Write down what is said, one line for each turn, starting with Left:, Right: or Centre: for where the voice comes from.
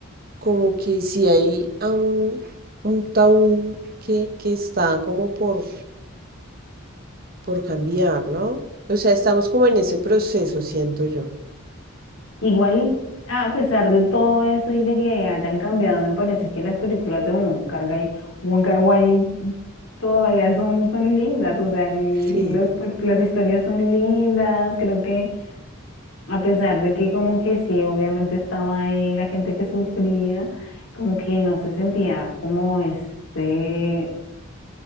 Right: como que si hay aún un tabú que, que está como por, por cambiar, ¿no? O sea, estamos como en ese proceso, siento yo.
Left: Igual, a pesar de todo eso y de que hayan cambiado, me parece que las películas de Wong Kar-wai, Wong Kar-wai todavía son, son lindas, o sea, el-
Right: Sí,
Left: los per- las historias son lindas, creo que a pesar de que como que sí, obviamente estaba ahí la gente que sufría, como que no se sentía como este,